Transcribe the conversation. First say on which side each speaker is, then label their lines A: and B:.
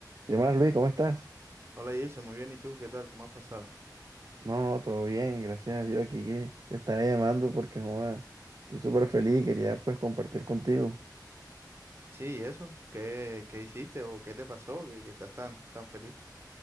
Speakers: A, on the right (about 55°); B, on the right (about 35°).
A: ¿Qué más, Luis? ¿Cómo estás?
B: Hola Jason, muy bien. ¿Y tú qué tal? ¿Cómo has pasado?
A: No, no, todo bien, gracias a Dios aquí que te estaba llamando porque joda, estoy súper feliz, quería pues compartir contigo.
B: Sí, ¿y eso? ¿Qué, qué hiciste o qué te pasó que, que estás tan, tan feliz?